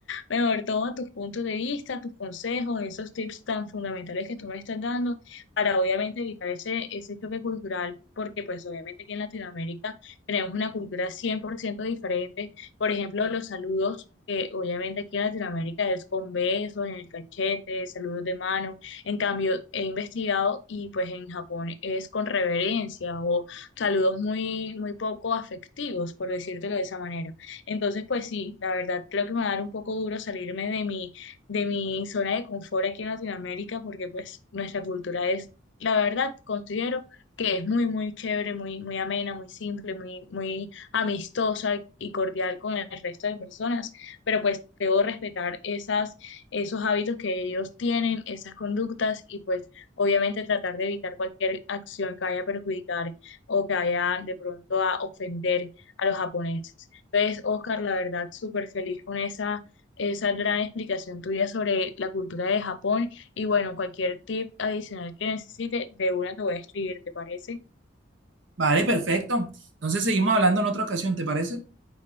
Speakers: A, on the left; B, on the right.
A: mejor toma tus puntos de vista, tus consejos, esos tips tan fundamentales que tú me estás dando para obviamente evitar ese, ese choque cultural, porque pues obviamente aquí en Latinoamérica tenemos una cultura 100% diferente. Por ejemplo, los saludos, que obviamente aquí en Latinoamérica es con besos, en el cachete, saludos de mano. En cambio, he investigado y pues en Japón es con reverencia o saludos muy, muy poco afectivos, por decírtelo de esa manera. Entonces, pues sí, la verdad creo que me va a dar un poco duro salirme de mi, de mi zona de confort aquí en Latinoamérica porque pues nuestra cultura es, la verdad, considero que es muy, muy chévere, muy, muy amena, muy simple, muy, muy amistosa y cordial con el resto de personas, pero pues debo respetar esas, esos hábitos que ellos tienen, esas conductas y pues obviamente tratar de evitar cualquier acción que vaya a perjudicar o que vaya de pronto a ofender a los japoneses. Pues, Oscar, la verdad, súper feliz con esa, esa gran explicación tuya sobre la cultura de Japón. Y bueno, cualquier tip adicional que necesite, de una te voy a escribir, ¿te parece?
B: Vale, perfecto. Entonces, seguimos hablando en otra ocasión, ¿te parece?